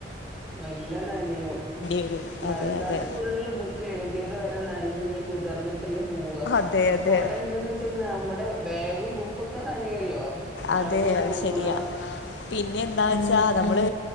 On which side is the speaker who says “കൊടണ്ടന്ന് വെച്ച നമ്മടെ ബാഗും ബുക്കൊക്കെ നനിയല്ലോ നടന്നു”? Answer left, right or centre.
Centre